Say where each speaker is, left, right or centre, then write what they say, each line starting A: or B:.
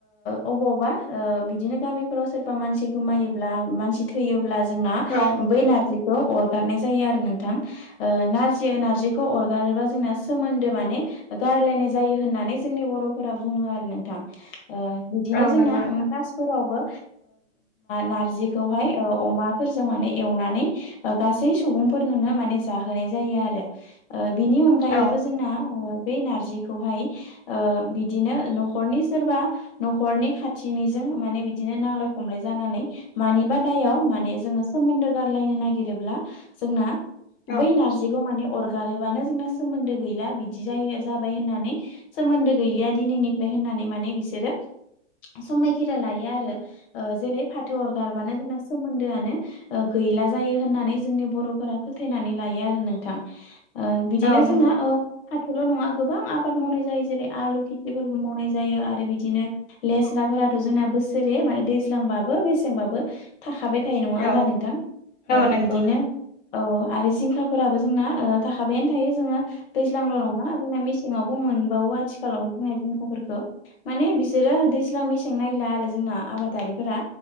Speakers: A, on the left; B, on the left.
A: ओ आबाव बा ओ बिदिनो गामिफोराव सोरबा मानसि गोमायोब्ला मानसि थैयोब्ला जोंना
B: औ
A: बै नारजिखौ अरगारनाय जायो आरो नोंथां ओ नारजि नारजिखौ अरगारोब्ला सोमोनदो माने गारलायनाय जायो होननानै जोंनि बर'फोरा बुङो आरो नोंथां बिदिनो
B: औ
A: जोंना
B: नंगौ
A: कासफोरावबो नारजिखौहाय अमाफोरजों माने एवनानै गासै सुबुं फोरनो माने जाहोनाय जायो आरो बिनि अनगायैबो
B: औ
A: जोंना बे नारजिखौहाय बिदिनो न'खरनि सोरबा न'खरनि खाथि निजों माने बिदिनो नांलाय खमलाय जानानै मानिबा दायाव माने जोङो सोमोन्दो गारलायनो नागिरोब्ला जोंना
B: औ
A: बै नारजिखौ माने अरगारोबानो जोंना सोमोन्दो गैला बिदि बि जायो जाबाय होननानै सोमोन्दो गैलिया दिनैनिफ्राय होननानै माने बिसोरो समायखेरा लायो आरो जेरै फाथो अर गारबानो जोंना सोमोन्दोआनो गैला जायो होननानै जोंनि बर'फोरा फोथायनानै लायो आरो नोंथां ओ- बिदिनो
B: औ नंगौ
A: जोंना ओ हाथल' नङा गोबां आबाद मावनाय जायो जेरै आलु खेथिफोरबो मावनाय जायो आरो बिदिनो लेस्रा जोंना बोसोरै म दैज्लांबाबो मसेंबाबो थाखाबाय थ फिथायाइ नङा
B: औ
A: होमब्ला नोंथां औ
B: नंगौ
A: बिदिनो
B: नों
A: औ आरो जिंखा फोराबो जोंना ओ- थाखाबायनो थायो जोङो दैज्लांल' नङा जोंना मेसेङावबो मोन बावो आथिखालावाय जों जिंखाफोरखौ माने बिसोरो दैज्लां मेसें नायला आरो जोंना आबादारिफोरा